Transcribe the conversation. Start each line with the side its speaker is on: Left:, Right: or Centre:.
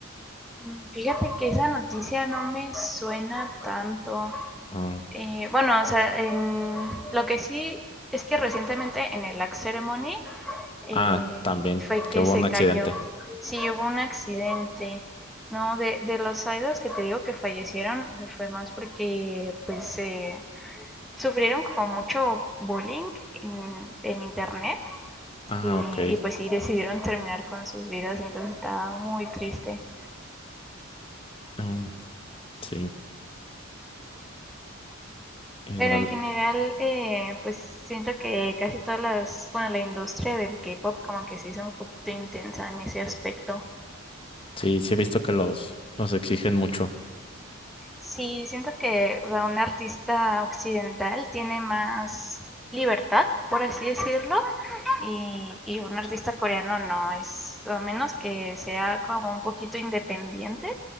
Centre: Mm, Fíjate que esa noticia no me suena tanto.
Left: Ah,
Centre: Eh, bueno, o sea, en- lo que sí es que recientemente en el Axe Ceremony eh,
Left: ah, también,
Centre: fue que
Left: que hubo
Centre: se
Left: un accidente.
Centre: cayó. Sí, hubo un accidente. No, de, de los idols que te digo que fallecieron, eh, fue más porque pues eh, sufrieron como mucho bullying en, en internet
Left: Ah,
Centre: y,
Left: ok.
Centre: y pues sí decidieron terminar con sus vidas, entonces estaba muy triste.
Left: Mm, sí, igual.
Centre: Pero en general, eh, pues siento que casi todas las, bueno, la industria del K-pop como que se hizo un poquito intensa en ese aspecto.
Left: Sí, sí he visto que los, los exigen mucho.
Centre: Sí, siento que, o sea, un artista occidental tiene más libertad, por así decirlo, y, y un artista coreano no es, a menos que sea como un poquito independiente,